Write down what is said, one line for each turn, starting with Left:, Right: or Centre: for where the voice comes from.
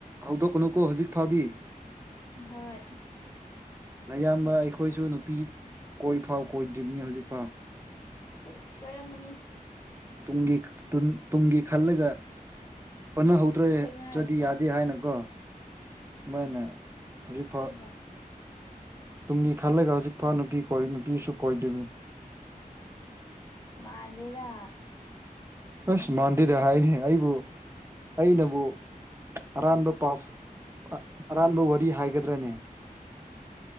Right: ꯍꯧꯗꯣꯛꯀꯅꯨꯀꯣ ꯍꯧꯖꯤꯛ ꯐꯥꯎꯗꯤ
Left: ꯍꯣꯏ
Right: ꯅꯌꯥꯝꯕ ꯑꯩꯈꯣꯏꯁꯨ ꯅꯨꯄꯤ ꯀꯣꯏꯐꯥꯎ ꯀꯣꯏꯗ꯭ꯔꯤꯝꯅꯤ ꯍꯧꯖꯤꯛꯐꯥꯎ
Left: ꯁꯤꯁ ꯀꯣꯏꯔꯝꯃꯅꯤ
Right: ꯨꯇꯨꯡꯒꯤ ꯇꯨꯡꯒꯤ ꯈꯜꯂꯒ ꯍꯣꯠꯅꯍꯧ ꯇ꯭ꯔꯦ
Left: ꯀꯣꯏꯅꯔꯕꯣ
Right: ꯇ꯭ꯔꯗꯤ ꯌꯥꯗꯦ ꯍꯥꯏꯅꯀꯣ ꯑꯗꯨꯃꯥꯏꯅ ꯍꯧꯖꯤꯛꯐꯥꯎ
Left: ꯋꯥꯠ
Right: ꯇꯨꯡꯒꯤ ꯈꯜꯂꯒ ꯍꯧꯖꯤꯛꯐꯥꯎ ꯅꯨꯄꯤ ꯀꯣꯏ ꯅꯨꯄꯤꯁꯨ ꯀꯣꯏꯗ꯭ꯔꯤꯕꯅꯤ
Left: ꯃꯟꯗꯦꯗ
Right: ꯑꯁ ꯃꯥꯟꯗꯦꯗ ꯍꯥꯏꯅꯦꯍꯦ ꯑꯩꯕꯨ ꯑꯩꯅꯕꯨ ꯑꯔꯥꯟꯕ ꯄꯥꯁ ꯑꯔꯥꯟꯕ ꯋꯥꯔꯤ ꯍꯥꯏꯒꯗ꯭ꯔꯅꯦ